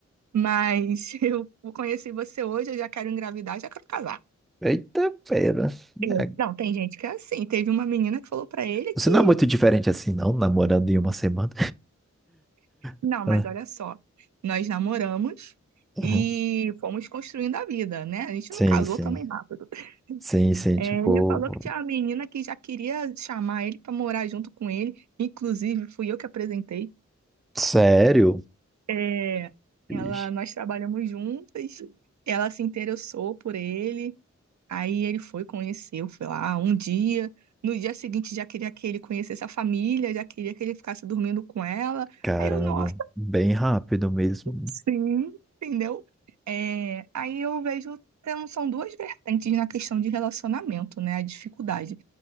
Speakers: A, on the right; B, in the centre.
A: Mas <laughs> eu conheci você hoje, eu já quero engravidar, já quero casar.
B: Eita, pera.
A: É,
B: É,
A: Não, tem gente que é assim. Teve uma menina que falou pra ele
B: Você
A: que,
B: não é muito diferente assim, não, namorando em uma semana.
A: não,
B: <laughs>
A: mas olha só, nós namoramos
B: Ah,
A: e
B: uhum.
A: fomos construindo a vida, né? A gente
B: Sim,
A: não casou
B: sim.
A: também rápido.
B: Sim, sim,
A: É,
B: tipo,
A: ele falou que tinha uma menina que já queria chamar ele pra morar junto com ele, inclusive fui eu que apresentei.
B: sério?
A: É, ela,
B: Ixi.
A: nós trabalhamos juntas, ela se interessou por ele. Aí ele foi, conheceu, foi lá um dia. No dia seguinte já queria que ele conhecesse a família, já queria que ele ficasse dormindo com ela.
B: Caramba,
A: Aí eu, nossa,
B: bem rápido mesmo.
A: sim, entendeu? É, aí eu vejo, tem- são duas vertentes na questão de relacionamento, né? A dificuldade.